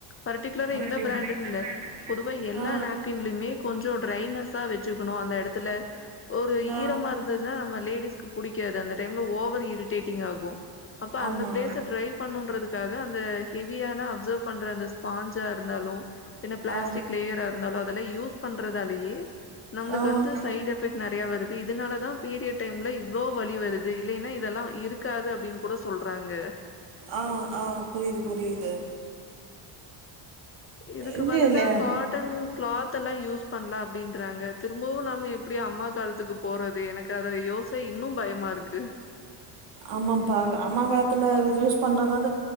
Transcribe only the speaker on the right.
அப்படியா
ஆ
ஆ
ஆமா
ஆ
ஆ
ஆஹ் ஆஹ் புரியுது புரியுது
இல்ல
இல்ல
ஆமாபா அம்மா காலத்துல யூஸ் பண்றதுத